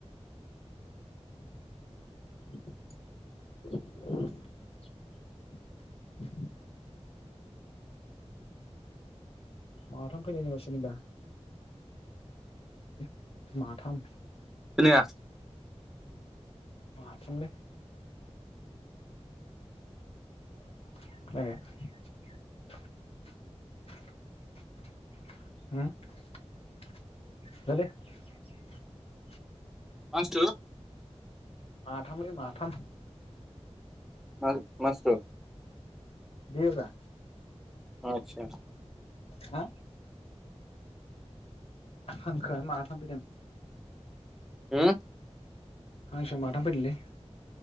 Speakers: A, on the left; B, in the centre.
A: <inaudible> माथाम फैनाय जोंहा <unintelligible> <unintelligible> माथाम
B: खोनाया
A: माथाम ले <inaudible>
B: मा बुस्थु
A: थामलै माथाम
B: मा मा बुस्थु
A: बियो ब्रा
B: आतसा
A: हा हांखोआ माथाम फैदों
B: ओ
A: हांसो माथाम फैदोंलै